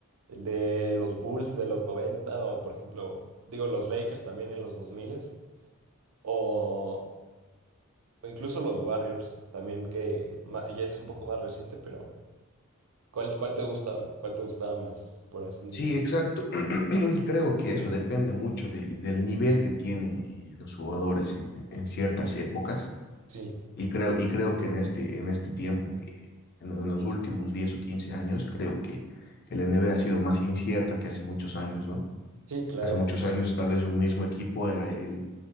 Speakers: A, on the right; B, on the left.
A: ¿El de los Bulls de los 90 o, por ejemplo, digo, los Lakers también en los 2000 o O incluso los Warriors también, que ma- ya es un poco más reciente, pero ¿cuál, cuál te gusta, cuál te gustaba más, por así
B: Sí,
A: decirlo?
B: exacto. <clears throat> Creo que eso depende mucho de, del nivel que tienen eh, los jugadores en, en ciertas épocas.
A: Sí,
B: Y creo, y creo que en este, en este tiempo, que en los últimos 10 o 15 años, creo que, que la NBA ha sido más incierta que hace muchos años, ¿no?
A: sí, claro.
B: Hace muchos años tal vez un mismo equipo era el,